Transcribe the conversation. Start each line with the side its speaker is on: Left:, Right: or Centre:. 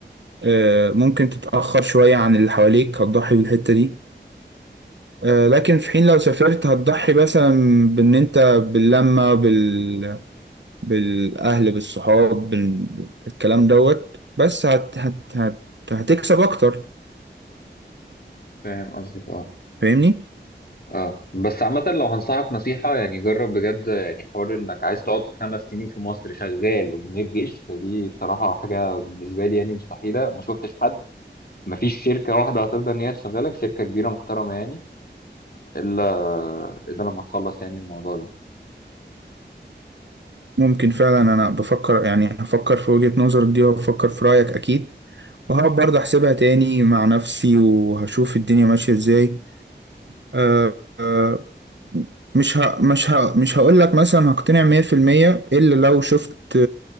Right: آه، ممكن تتأخر شوية عن اللي حواليك هتضحي بالحتة دي آه، لكن في حين لو سافرت هتضحي مثلا بإن أنت باللمة بال... بالأهل بالصحاب بال... بالكلام دوت بس هت... هت... هت... هتكسب أكتر
Left: فاهم قصدك اه
Right: فاهمني؟
Left: اه بس عامه لو هنصحك نصيحه يعني جرب بجد يعني حوار انك عايز تقعد خمس سنين في مصر شغال ومن غير جيش فدي بصراحه حاجه بالنسبه لي يعني مستحيله ما شفتش حد مفيش شركة واحدة هترضى إن هي تشغلك شركة كبيرة محترمة يعني إلا إلا لما تخلص يعني الموضوع ده
Right: ممكن فعلا أنا بفكر يعني هفكر في وجهة نظرك دي وهفكر في رأيك أكيد وهقعد برضه أحسبها تاني مع نفسي وهشوف الدنيا ماشية إزاي أه آه، مش ه... مش ه... مش هقول لك مثلا هقتنع 100% الا لو شفت